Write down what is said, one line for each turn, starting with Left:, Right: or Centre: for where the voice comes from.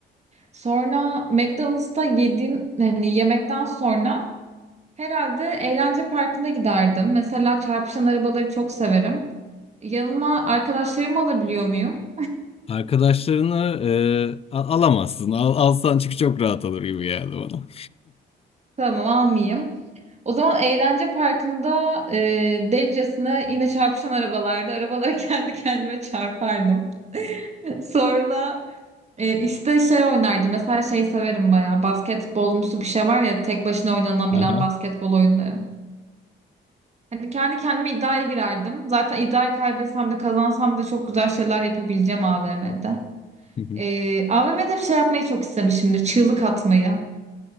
Right: Sonra McDonald's'ta yediğim hani yemekten sonra herhalde eğlence parkına giderdim. Mesela çarpışan arabaları çok severim. Yanıma arkadaşlarımı alabiliyor muyum?
Left: Arkadaşlarını e, a- alamazsın. Al, alsan çünkü çok rahat olur gibi geldi bana.
Right: Tamam almayayım. O zaman eğlence parkında e, delicesine yine çarpışan arabalarda arabalara <laughs> kendi kendime çarpardım. <laughs> Sonra e, işte şey oynardım. Mesela şey severim bayağı. Basketbolumsu bir şey var ya tek başına oynanabilen
Left: Aha.
Right: basketbol oyunları. Hani kendi kendime iddiaya girerdim. Zaten iddiayı kaybetsem de kazansam da çok güzel şeyler yapabileceğim AVM'de.
Left: Hı
Right: E, AVM'de bir şey yapmayı çok istemişimdir. Çığlık atmayı.